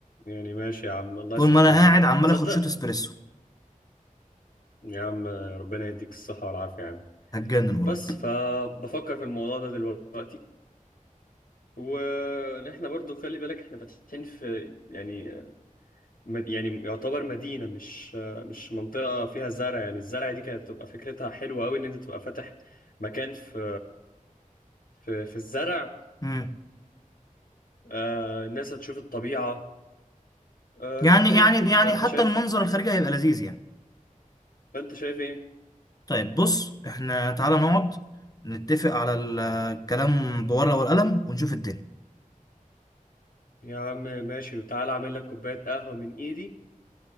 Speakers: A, on the left; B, on the left.
A: يعني ماشي يا عم الله
B: طول
A: يسهل
B: ما انا قاعد
A: له
B: عمال
A: تصدق
B: اخد شوت اسبريسو
A: يا عم ربنا يديك الصحه والعافيه يا عم
B: هتجنن قريب
A: بس فبفكر في الموضوع ده دلوقتي وان احنا برضو خلي بالك احنا فاتحين في يعني مد- يعني يعتبر مدينة مش مش منطقة فيها زرع يعني الزرع دي كانت تبقى فكرتها حلوة أوي إن أنت تبقى فاتح مكان في في في الزرع
B: مم.
A: آه، الناس هتشوف الطبيعة آه،
B: يعني
A: كده
B: يعني
A: يعني.
B: يعني
A: فأنت
B: حتى
A: شايف
B: المنظر الخارجي هيبقى لذيذ يعني
A: فأنت شايف إيه
B: طيب بص احنا تعالى نقعد نتفق على الكلام بورقة والقلم ونشوف الدنيا
A: يا عم ماشي وتعالى أعمل لك كوباية قهوة من إيدي